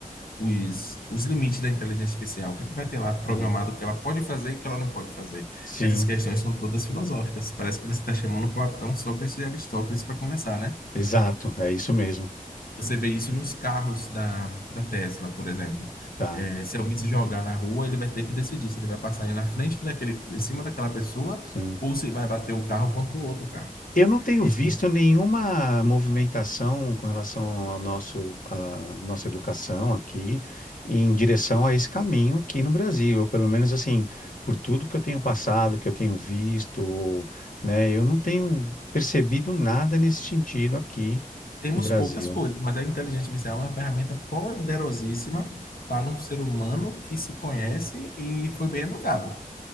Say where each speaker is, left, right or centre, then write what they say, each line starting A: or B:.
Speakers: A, on the left; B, on the left.
A: os, os limites da inteligência artificial, o que é que vai ter lá programado
B: tá.
A: que ela pode fazer e que ela não pode fazer.
B: Sim,
A: Essas questões são todas filosóficas. Parece que você está chamando Platão, Sócrates e Aristóteles para conversar, né?
B: exato, é isso mesmo,
A: Você vê isso nos carros da, da Tesla, por exemplo.
B: tá?
A: É, se alguém se jogar na rua, ele vai ter que decidir se ele vai passar aí na frente daquele, em cima daquela pessoa
B: Sim.
A: ou se vai bater o carro contra o outro carro.
B: Eu não tenho
A: Isso
B: visto nenhuma movimentação com relação ao nosso, à nossa educação aqui, em direção a esse caminho aqui no Brasil. Eu, pelo menos assim, por tudo que eu tenho passado, que eu tenho visto, né, eu não tenho percebido nada nesse sentido aqui
A: Temos
B: no Brasil.
A: poucas coisas, mas a inteligência artificial é uma ferramenta poderosíssima para um ser humano que se conhece e foi bem educado,